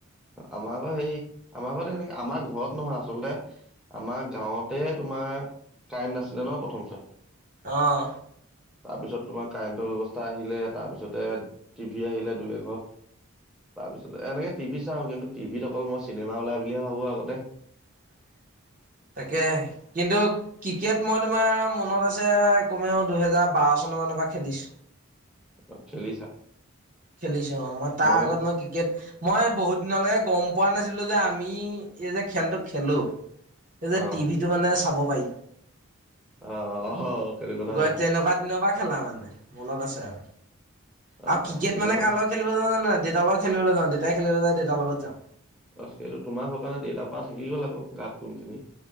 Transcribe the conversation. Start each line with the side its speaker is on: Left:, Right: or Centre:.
Centre: আমাৰ ঘৰ সেই আমাৰ ঘৰত সেনেকৈ আমাৰ ঘৰত নহয় আচলতে আমাৰ গাঁৱতে তুম আমাৰ কাৰেণ্ট নাছিলে ন প্ৰথম ছোৱাত
Right: অঁ
Centre: তাৰপিছত তোমাৰ কাৰেণ্টৰ ব্যৱস্থা আহিলে তাৰপিছতে টিভি আহিলে দুই এঘত তাৰপিছত এনেকে টিভি চাওঁ কিন্তু টিভিত অকল মই চিনেমা ওলাই বুলিহে ভাবো আগতে।
Right: <unintelligible> তাকে কিন্তু ক্ৰিকেট মই তোমাৰ মনত আছে কমেও দুহেজাৰ বাৰ চন মান পৰা খেলিছোঁ
Centre: অ, খেলিছা
Right: খেলিছো অঁ মই তাৰ
Centre: মোক
Right: আগত মই ক্ৰিকেট মই বহুত দিনলৈকে গম পোৱা নাছিলোঁ যে আমি এই যে খেলটো খেলোঁ, এ যে
Centre: অ
Right: টিভিটো মানে চাব পাৰি।
Centre: অঁ অঁ সটো কথা
Right: গৈ
Centre: হয়।
Right: তেনেকুৱা দিনৰ পৰা খেলা মানে মনত আছে আৰ।
Centre: অ
Right: আ ক্ৰিকেট মানে
Centre: মোৰ
Right: কা লগত খেলিব জান নে নাই? দেতাৰ লগত খেলিবলৈ যাওঁ, দেতাই খেলিবলৈ যাই দেতাৰ লগত যাওঁ।
Centre: অ সেইটো তোমা স কাণে দেতা পৰা থাকি গ'ল আকৌ গাত কোনখিনি।